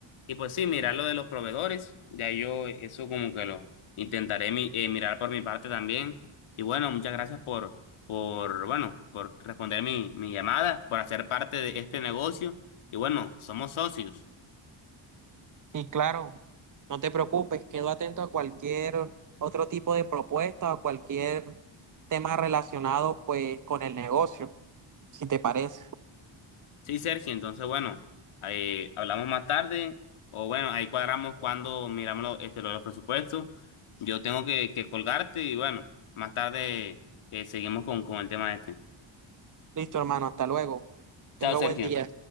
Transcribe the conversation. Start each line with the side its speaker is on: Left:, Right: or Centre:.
Left: Y pues sí, mirar lo de los proveedores, ya yo eso como que lo intentaré mi- eh, mirar por mi parte también. Y bueno, muchas gracias por, por, bueno, por responder mi, mi llamada, por hacer parte de este negocio. Y bueno, somos socios.
Right: Y claro, no te preocupes, quedo atento a cualquier otro tipo de propuesta o cualquier tema relacionado pues con el negocio, si te parece.
Left: Sí, Sergio, entonces bueno, ahí hablamos más tarde o bueno, ahí cuadramos cuando miramos lo- este, lo de los presupuestos. Yo tengo que, que colgarte y bueno, más tarde eh, seguimos con, con el tema este.
Right: Listo, hermano, hasta luego. Tenga
Left: Chao, Sergio.
Right: buen día.